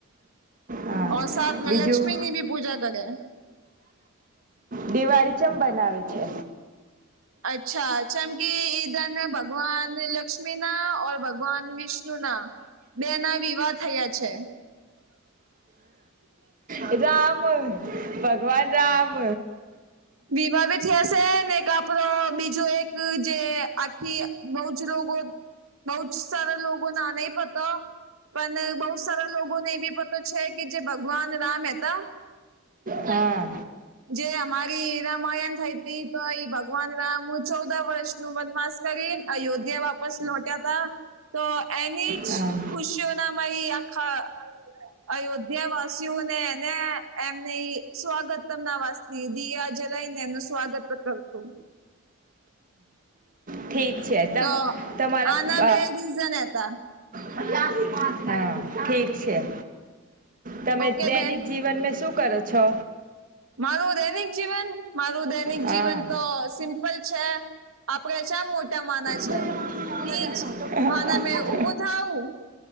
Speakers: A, on the right; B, on the right.
A: હ
B: ઓર સાથ મે
A: બીજું?
B: લક્ષ્મી ની ભી પૂજા કરે
A: દિવાળી ચેમ બનાવે છે
B: અચ્છા જેમકી ઈ ધન ભગવાન લક્ષ્મી ના ઓર ભગવાન વિષ્ણુ ના બે ના વિવાહ થયા છે
A: હ રામ ભગવાન રામ
B: વિવાહ બી થ્યાં શે ને એક આપડો બીજો એક જે આખી બહુ જ રોગો બહુત સારા લોગોને આ ન પતા પણ બહુત સારા લોગોને ભી પ છે કે જે ભગવાન રામ હતા
A: હા
B: જે અમારી તે રામાયણ થઈ તી તો એઈ ભગવાન રામ ચૌદા વર્ષ નું વનમાસ કરીને અયોધ્યા વાપસ લોટ્યા તા તો એની જ
A: હા
B: ખુશી શ્યો ના માાઈ આખા અયોધ્યા વાસીઓને ને એમને સ્વાગત તમ ના વાસ દિયા જલાઈઇને એનું સ્વાગત પણ કર્યું હતું
A: ઠીક <unintelligible>
B: તો આના બે રીઝન હતા
A: <unintelligible> હા ઠીક છે. તમે
B: ઓકે
A: દૈનિક
B: બેન
A: જીવન મે શું કરો છો?
B: મારું દૈનિક જીવન મારું દે- દૈનિક
A: હા
B: જીવન તો સિમ્પલ છે આપડે ચ્યા મોટા માન છે.
A: ઠીક
B: એ જ- <unintelligible> મે ઉભું થાવું